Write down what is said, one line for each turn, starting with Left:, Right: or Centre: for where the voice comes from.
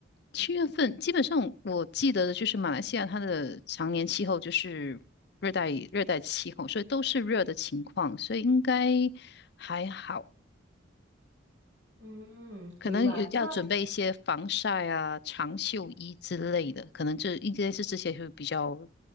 Left: 七月份基本上我记得的就是马来西亚它的常年气候就是热带热带气候，所以都是热的情况，所以应该还好。
Right: 嗯，
Left: 可能有要准备一些防晒啊、
Right: 明白。那
Left: 长袖衣之类的，可能这应该是这些会比较